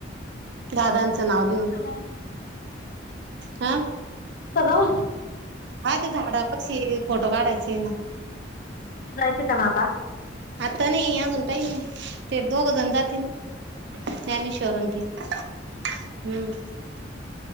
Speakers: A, on the right (about 65°); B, on the left (about 50°).
A: दादांचं नाव लिहून.
B: तथं
A: हा
B: जाऊन?
A: हा ते झाडा पाशी फोटो काढायचे आहेना.
B: तिथं जायचं का म आता?
A: आता नाही अजून टाईम आहे ते दोघ जण जातीन. ज्ञानेश्वर अन ते हम्म.